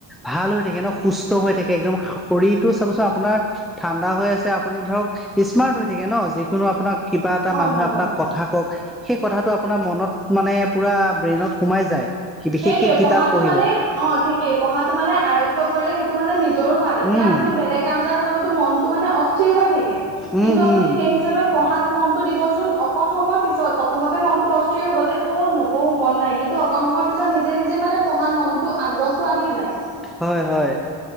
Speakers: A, in the centre; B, on the right.
A: ভাল হৈ থাকে ন সুস্থ হৈ থাকে একদম শৰীৰটো চাব চোন আপোনাৰ ঠাণ্ডা হৈ আছে আপুনি ধৰক স্মাৰ্ট হৈ থাকে ন যিকোনো আপোনাৰ কিবা এটা
B: হয়
A: মানুহে
B: হয় হয়
A: থাকক সেই কথাটো আপোনাৰ মনত মানে পুৰা ব্ৰেইনত সোমাই যায় বিশেষকে
B: সেইটোৱেই
A: কিতাপ
B: পঢ়াতো
A: পঢ়িলে
B: মানে অ ঠিকেই পঢ়াতো মানে আয়ত্ব কৰিলে সেইটো মানে নিজৰো ভাল এতিয়া
A: উম
B: আপুনি বেলেগ কাম এটা কৰিবতো মনটো মানে অস্থিৰ হৈ থাকে
A: উম
B: কিন্তু আপুনি
A: উম
B: সেই হিচাপে পঢ়াত মনটো দিবচোন অকন সময়ৰ পিছত প্ৰথমতে মনত অস্থিৰ হব যে অ নপঢ়ো মন নাই কিন্তু অকন সময়ৰ পি ছত নিজে নিজে মানে পঢ়াত মনটো আগ্ৰহতো আহি যায়
A: হয় হয়